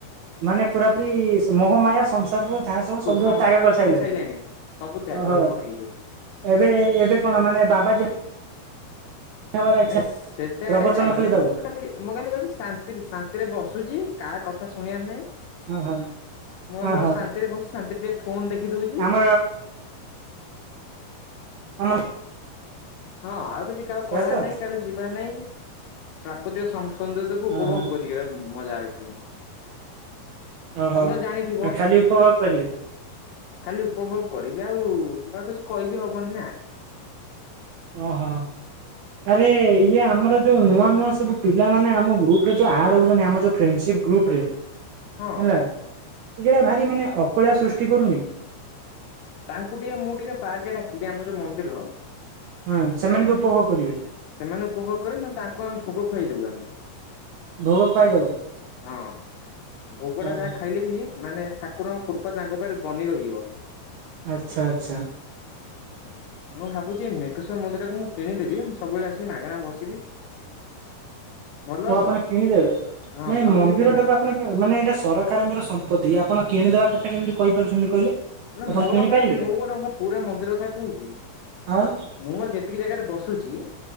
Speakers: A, on the right; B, on the left.
A: ମାନେ ପୁରା ପୁରୀ ମୋହମାୟା ସଂସାରରୁ ଯାହା ସବୁ ସବୁୁର
B: ସଂସାର
A: ତ୍ୟାଗ କରିସାରିଲଣି
B: ଛାଡି ସାରିଲାଣି ସବୁ ତ୍ୟାଗ
A: ଓହୋ।
B: ହେ ମୋର ହେଇଯାଇଛି
A: ଏବେ ଏବେ କଣ ମାନେ ବାବାଜୀ ହବାର ଇଚ୍ଛା
B: ନାଇ ସେତେ
A: ପ୍ରବଚନ
B: ଆଡେ ଯାଇନି
A: ଦବ
B: ମୁଁ ଖାଲି ମୁଁ କହିଲି କହିବି ଶାନ୍ତିରେ ଶାନ୍ତିରେ ବସୁଛି କାହା କା ଶୁଣିବାର ନାହିଁ
A: ଓହୋ
B: ମୋର
A: ଓହୋ
B: ମୋର ଶାନ୍ତିରେ ବସିଛି ଶାନ୍ତିରେ ଟିକେ ଫୋନ ଦେଖି ଦଉଛି
A: ଆ ଆମ
B: ହଁ ଆଉ କିଛି କାହାକୁ
A: ସେଆ
B: କହିବା
A: ତ
B: ନାଇଁ କାହାକୁ ଯିବା ନାହିଁ ପ୍ରାକୃତିକ ସଂସ ସୌନ୍ଦର୍ଯ୍ୟକୁ ଉପଭୋଗ
A: ଓହୋ
B: କରିବା ମଜା ଆ
A: ଓହୋ
B: ତମେ ଜାଣିଥିବ
A: ଆ ଖାଲି ଉପଭୋଗ କରିବେ
B: ଖାଲି ଉପଭୋଗ କରିବେ ଆଉ କିଛି କହିବି ହବନି ନା
A: ଓହୋ ଆରେ ଇଏ ଆମର ଯୋଉ ନୂଆ ନୂଆ ସବୁ ପିଲାମାନେ ଆମ ଗ୍ରୁପ ରେ ଯୋଉ ଆଡ ହଉଛନ୍ତି ଆମ ଯୋଉ ଫ୍ରେଣ୍ଡସିପ୍ ଗ୍ରୁପ ରେ ହେଲା
B: ହଁ
A: ଏ ଯେଟା ଭାରି ମାନେ ଅକଳିଆ ସୃଷ୍ଟି କରୁନି
B: ତାଙ୍କୁ ଟିକେ ମୁଁ ଟିକେ ପାର୍କ ଡାକିବି ଆମ ଯେଉ ମନ୍ଦିର
A: ହଁ ସେମାନେ ବି ଉପଭୋଗ କରିବେ
B: ସେମାନେ ଉପଭୋଗ କରିବେ ନହେଲେ ତାଙ୍କୁ ଆମେ ଭୋଗ ଖୁଆଇଦବୁ ଆମେ
A: ଭୋଗ ଖୁଆଇଦବ
B: ହଁ ଭୋଗ ଟା
A: ଓହୋ
B: ଯାହା ଖାଇଲେ ବି ମାନେ ଠା କୁର କୃପା ତାଙ୍କ ଉପରେ ବନି ରହିବ
A: ଆଚ୍ଛା ଆଚ୍ଛା
B: ଓ ମୁଁ ଭାବୁଛି ମେଘସ ମନ୍ଦିର କୁ ମୁଁ କିଣିଦେବି ସବୁବେଳେ ଆସି ମାଗଣା ବସିବି ଭଲ
A: ଆଉ
B: ହବନି
A: ଆପଣ କିଣିଦେବେ
B: ହଁ
A: ନାଇ
B: ଭାବୁଛି
A: ମନ୍ଦିର
B: କିଣିବି
A: ଟାକୁ ଆପଣ ମାନେ ଏଇଟା ସରକାରଙ୍କର ସମ୍ପତ୍ତି ଆପଣ କିଣିଦବା କଥା କେମିତି କହିପାରୁଛନ୍ତି କହିଲେ
B: ନ
A: ଆପଣ
B: ମୋର
A: କିଣି
B: ମୁଁ
A: ପାରିବେ
B: ଗୋଟେ ପୁରା ମନ୍ଦିର କଥା କହୁଛି
A: ଆଉ
B: ମୁଁ ମୋର ଯେତିକି ଜାଗାରେ ବସୁଛି